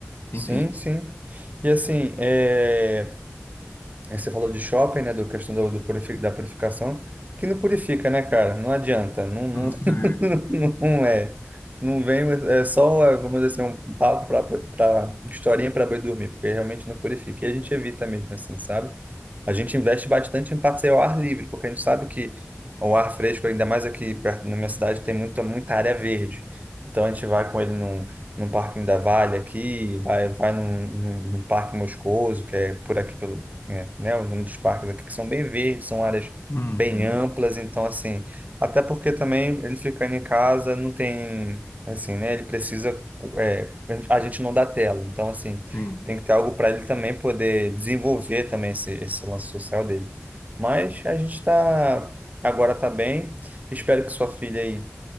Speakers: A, on the left (about 55°); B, on the right (about 35°).
A: Enfim.
B: Sim, sim. E assim, é... Aí Você falou de shopping, né? Da questão do, do purifi- da purificação, que não purifica, né, cara? Não adianta, não, não,
A: Hum,
B: <laughs>
A: é.
B: não é. Não vem, é só, é, vamos dizer assim, um papo para historinha para boi dormir, porque realmente não purifica. E a gente evita mesmo, assim, sabe? A gente investe bastante em passeio ao ar livre, porque a gente sabe que o ar fresco, ainda mais aqui perto na minha cidade, tem muita, muita área verde. Então a gente vai com ele num, num parquinho da Vale aqui, vai, vai num, num, num parque Moscoso, que é por aqui, pelo, é, né, o nome dos parques aqui, que são bem verdes, são áreas
A: Uhum,
B: bem amplas. Então, assim, até porque também ele ficando em casa não tem, assim, né, ele precisa, é, a gente não dá tela. Então, assim
A: sim,
B: tem que ter algo para ele também poder desenvolver também esse, esse lance social dele. Mas a gente está agora está bem. Espero que sua filha aí